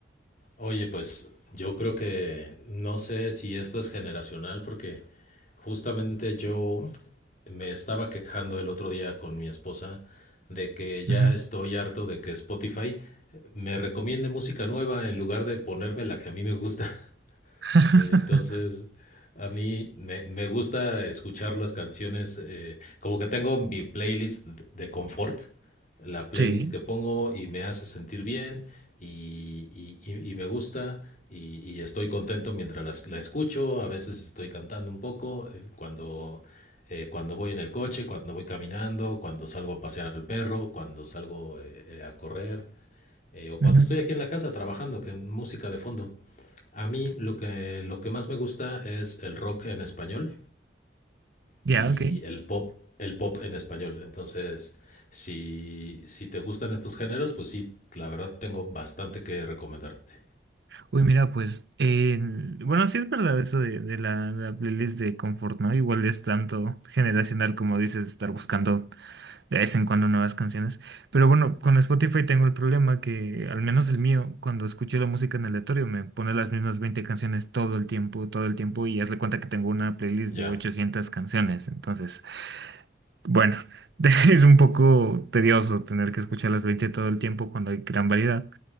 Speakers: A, on the left; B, on the right.
A: Oye, pues yo creo que no sé si esto es generacional porque justamente yo me estaba quejando el otro día con mi esposa de que ya
B: Ujú.
A: estoy harto de que Spotify me recomiende música nueva en lugar de ponerme la que a mí me gusta.
B: <laughs>
A: Eh, entonces, a mí me, me gusta escuchar las canciones, eh, como que tengo mi playlist de de confort, la playlist
B: Sí.
A: que pongo y me hace sentir bien y, y- y- y me gusta y, y estoy contento mientras las- la escucho, a veces estoy cantando un poco, eh, cuando, eh, cuando voy en el coche, cuando voy caminando, cuando salgo a pasear al perro, cuando salgo eh, eh, a correr eh, o cuando
B: ujú.
A: estoy aquí en la casa trabajando, que música de fondo. A mí lo que, lo que más me gusta es el rock en español
B: Ya,
A: y
B: ok.
A: el pop, el pop en español. Entonces, si, si te gustan estos géneros, pues sí, la verdad tengo bastante que recomendarte.
B: Uy, mira, pues, en- bueno, sí es verdad eso de, de la, la playlist de confort, ¿no? Igual es tanto generacional como dices, estar buscando de vez en cuando nuevas canciones. Pero bueno, con Spotify tengo el problema que, al menos el mío, cuando escucho la música en aleatorio, me pone las mismas 20 canciones todo el tiempo, todo el tiempo, y hazle cuenta que tengo una playlist
A: Ya,
B: de 800 canciones. Entonces, bueno, <laughs> es un poco tedioso tener que escuchar las 20 todo el tiempo cuando hay gran variedad.